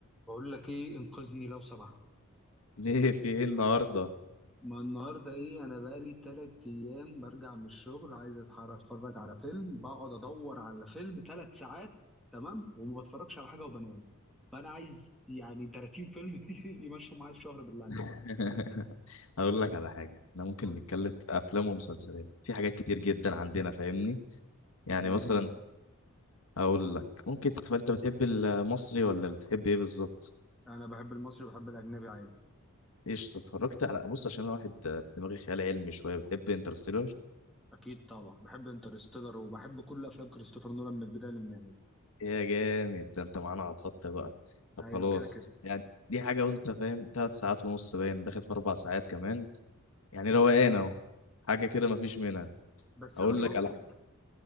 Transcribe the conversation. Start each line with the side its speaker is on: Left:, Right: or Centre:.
Centre: بقول لك ايه انقذني لو سمحت
Left: ليه في ايه النهارده
Centre: ما النهارده ايه انا بقالي تلات ايام برجع من الشغل عايز اتحرك اتفرج على فيلم بقعد ادور على فيلم تلات ساعات تمام وما بتفرجش على حاجه وبنام فانا عايز يعني 30 فيلم <laughs> يمشوا معايا الشهر بالله عليك
Left: <laughs> هقول لك على حاجه احنا ممكن
Centre: قول
Left: نتكلم
Centre: لي
Left: في افلام ومسلسلات في حاجات كتير جدا عندنا فاهمني يعني
Centre: زي
Left: مثلا
Centre: ايه مثلا
Left: اقول لك ممكن تتف... انت بتحب المصري ولا بتحب ايه بالظبط
Centre: انا بحب المصري بحب الاجنبي عادي
Left: ايش اتفرجت على بص عشان انا واحد دماغي خيال علمي شويه بتحب انترستيلر
Centre: اكيد طبعا بحب انترستيلر وبحب كل افلام كريستوفر نولان من البدايه للنهايه
Left: يا جامد ده انت معانا على الخط بقى طب
Centre: ايوه
Left: خلاص
Centre: كده كده
Left: يعني دي حاجه وانت فاهم ثلاث ساعات ونص باين داخل في اربع ساعات كمان يعني روقان اهو حاجه كده مفيش منها
Centre: بس
Left: اقول
Centre: انا شفته
Left: لك على حاجه